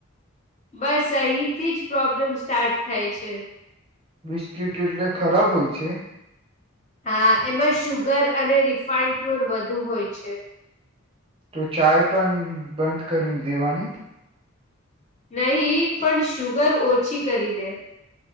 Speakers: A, on the left; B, on the right.
A: બસ અહીંથી જ પ્રોબ્લેમ સ્ટાર્ટ થાય છે.
B: બિસ્કીટ એટલે ખરાબ હોય છે?
A: હા એમાં સુુગર અને રિફાઈન્ડ ફ્લોર વધુ હોય છે.
B: તો ચાય પણ બંધ કરી દેવાની.
A: નહી પણ શુગર ઓછી કરી દે.